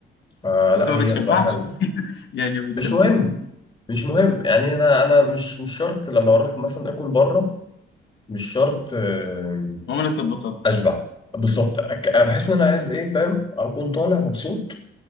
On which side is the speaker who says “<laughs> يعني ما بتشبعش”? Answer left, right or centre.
Left